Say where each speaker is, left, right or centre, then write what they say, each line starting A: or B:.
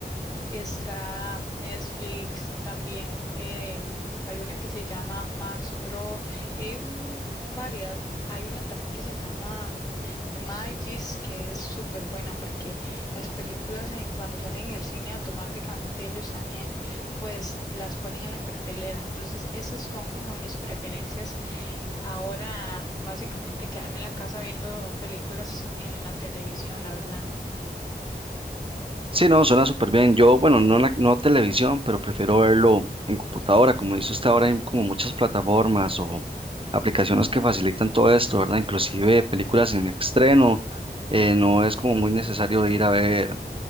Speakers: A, on the left (about 20°); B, on the right (about 30°).
A: está Netflix, también em, hay una que se llama Max Pro y hay un, un variedad, hay una también que se llama Magis, que es súper buena porque las películas eh, cuando salen en el cine automáticamente ellos también pues las ponen en la cartelera. Entonces, esas son como mis preferencias Ahora, básicamente, quedarme en la casa viendo películas en la televisión, la verdad.
B: Sí, no, suena súper bien. Yo, bueno, no, en la- no televisión, pero prefiero verlo en computadora. Como dice usted, ahora hay como muchas plataformas o aplicaciones que facilitan todo esto, ¿verdad? Inclusive películas en estreno. eh, no es como muy necesario ir a ver